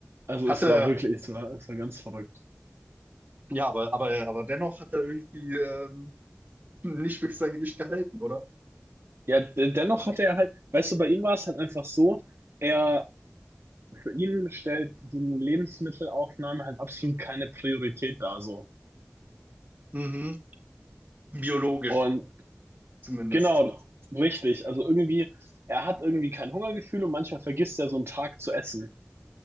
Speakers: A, on the right; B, on the right.
A: Also
B: hatte,
A: es war wirklich, es war, es war ganz verrückt.
B: ja, aber, aber, aber dennoch hat er irgendwie ähm, nicht wirklich sein Gewicht gehalten, oder?
A: Ja, de- dennoch hatte er halt, weißt du, bei ihm war es halt einfach so, er für ihn stellt die Lebensmittelaufnahme halt absolut keine Priorität dar so.
B: Mhm. Biologisch
A: Und
B: zumindest.
A: genau, richtig. Also irgendwie, er hat irgendwie kein Hungergefühl und manchmal vergisst er so einen Tag zu essen.